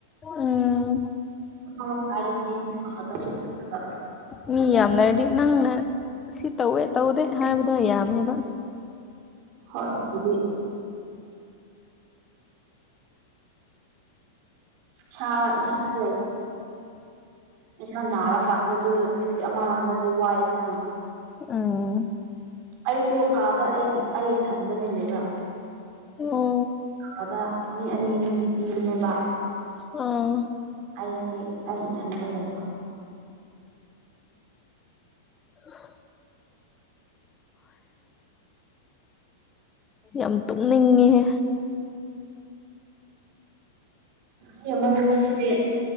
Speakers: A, on the left; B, on the right.
A: ꯎꯝ
B: ꯑ ꯍꯥꯏꯔꯗꯤ ꯃꯍꯗ ꯆꯄ
A: ꯃꯤ ꯌꯥꯝꯅꯔꯗꯤ ꯅꯪꯅ ꯁꯤ ꯇꯧꯋꯦ ꯇꯧꯗꯦ ꯍꯥꯏꯕꯗꯣ ꯌꯥꯝꯃꯦꯕ
B: ꯍꯣꯢ ꯕꯨꯗꯤ ꯁꯥ ꯏꯟꯖꯥꯡ ꯂꯩ ꯏꯁꯥ ꯅꯥꯔꯀꯥꯟꯗ ꯑꯗꯨꯗꯤ ꯑꯃꯔꯣꯝꯗꯗꯤ ꯋꯥꯏꯗꯅ
A: ꯎꯝ
B: ꯑꯩꯁꯨ ꯀꯥꯗ ꯑꯩꯒꯤ ꯑꯩ ꯏꯊꯟꯗꯅꯦ ꯂꯩꯕ
A: ꯑꯣ
B: ꯣꯏꯗ ꯃꯤ ꯑꯅꯤ ꯑꯅꯤꯗꯤ ꯄꯤꯕꯅꯦꯕ
A: ꯎꯝ
B: ꯑꯩꯁꯦ ꯑꯩ ꯏꯊꯟꯇ ꯂꯩꯕ
A: <inaudible> ꯌꯥꯝ ꯇꯨꯝꯅꯤꯡꯉꯦꯍꯦ
B: ꯆꯍꯤ ꯑꯃ ꯅꯨꯃꯤꯠꯁꯤꯗꯤ